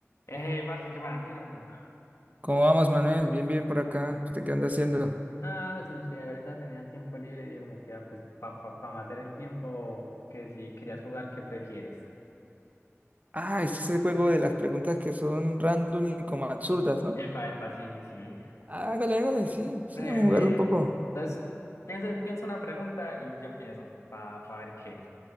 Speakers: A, on the left (about 75°); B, on the right (about 30°).
A: Hey, parce, ¿qué más? ¿Bien o no?
B: ¿Cómo vamos, Manuel? Bien, bien por acá. ¿Usted qué anda haciendo?
A: Ah, sino que ahorita tenía tiempo libre y dije como que, ah, pues, pa, pa, pa matar el tiempo, que si querías jugar, ¿qué prefieres?
B: Ah, este es ese juego de las preguntas que son random y como absurdas, ¿no?
A: Epa, epa, sí, sí, sí.
B: Hágale, hágale, sí, sí,
A: Bre,
B: vamos a
A: bre.
B: jugarlo un poco.
A: Entonces, piensa, piensa una pregunta y yo empiezo, pa, pa ver qué.